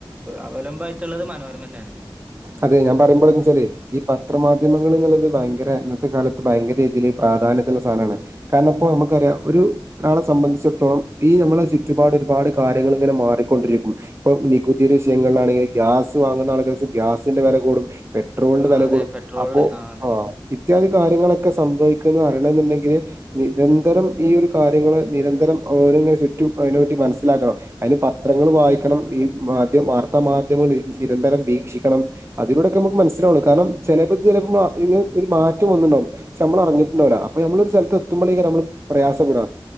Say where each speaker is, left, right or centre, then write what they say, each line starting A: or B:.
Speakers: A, on the right (about 15°); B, on the right (about 35°).
A: അവലംബയിട്ട്ള്ളത് മനോരമനെണ്.
B: അതെ ഞാൻ പറയുമ്പോളന്ത്‌ച്ചാലേ. ഈ പത്രമാധ്യമങ്ങൾന്ന്ള്ളത് ഭയങ്കര ഇന്നത്തെ കാലത്ത് ഭയങ്കര രീതിൽ പ്രാധാന്യത്ത്ല്ള്ള സാനാണ്. കാരണം ഇപ്പോ മ്മക്കറിയ ഒരു. ഒരാളെ സംബന്ധിച്ചിടത്തോളം ഈ ഞമ്മളെ ചുറ്റുപാട് ഒരുപാട് കാര്യങ്ങൾ ഇങ്ങനെ മാറിക്കൊണ്ടിരിക്കും. ഇപ്പം നികുതിയുടെ വിഷയങ്ങളിലാണെങ്കിൽ ഗ്യാസ് വാങ്ങുന്ന ആളുകൾസ് ഗ്യാസിന്റെ വേല കൂടും പെ ട്രോൾന്റെ
A: ആ
B: വെലകൂടും
A: അതെ പെട്രോളില്
B: അപ്പോ
A: അതെ
B: ആ ഇത്യാദി കാര്യങ്ങളൊക്കെ സംഭവിക്ക്ന്നെ അറിയണന്ന്ണ്ടങ്കിൽ. നിരന്തരം ഈ ഒരു കാര്യങ്ങൾ നിരന്തരം ഓരങ്ങചുറ്റുംഅയിനെപ്പറ്റി മനസ്സിലാക്കണം എ. അയിന് പത്രങ്ങൾ വായിക്കണം ഈ മാധ്യം വാർത്താ മാധ്യമങ്ങ നിരന്തരം വീക്ഷിക്കണം. ക്കണം അതിലൂടക്കമ്മക്ക്‌ മനസ്സിലാവള്ളൂ കാരണം ചെലപ്പോ ഇത് ചിലപ്പോ ഒരു മാറ്റം വന്ന്ണ്ടാവും. ഷ മ്മറഞ്ഞിട്ട് ണ്ടവുല അപ്പൊ മ്മൾ ഒരു സ്ഥലത്ത് എത്തുമ്പളെക്കാരം മ്മള് പ്രയാസപ്പെട.